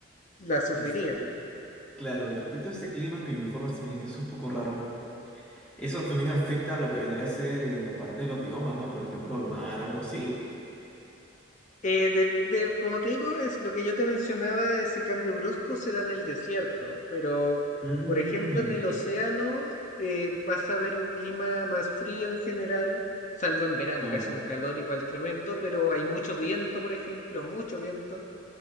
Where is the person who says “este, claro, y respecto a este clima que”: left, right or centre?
Centre